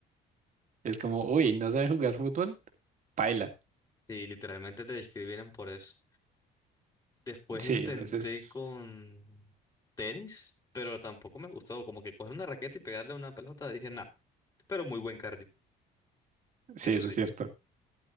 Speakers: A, on the right; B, on the left.
A: es como, uy, ¿no sabes jugar fútbol? Paila.
B: Sí, literalmente te discriminan por eso. Después
A: Sí,
B: intenté
A: a veces,
B: con tenis, pero tampoco me gustó. Como que coger una raqueta y pegarle una pelota, dije, nah, pero muy buen cardio,
A: sí,
B: eso
A: eso
B: sí.
A: es cierto.